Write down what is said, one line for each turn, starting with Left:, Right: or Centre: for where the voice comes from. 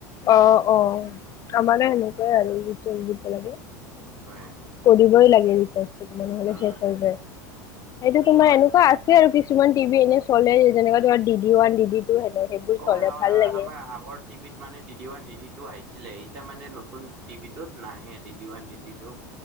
Left: অ'-অ', আমাৰে সেনেকুৱাই আৰু ৰিচাৰ্জ দিব লাগে।
Right: হয়
Left: কৰিবই লাগে ৰিচাৰ্জটো তোমাৰ, নহ'লে
Right: উম
Left: শেষ হৈ যায়। সেইটো তোমাৰ
Right: হয়
Left: এনেকুৱা আছে আৰু কিছুমান টিভি এনে চলে যেনেকুৱা তোমাৰ D D one D D two হেনো সেইবোৰ
Right: হয়
Left: চলে
Right: হয়
Left: ভাল
Right: হয়
Left: লাগে
Right: আমাৰ আগৰ টিভিত মানে D D one D D two আহিছিলে এতিয়া মানে নতুন টিভিটোত নাহে D D one D D two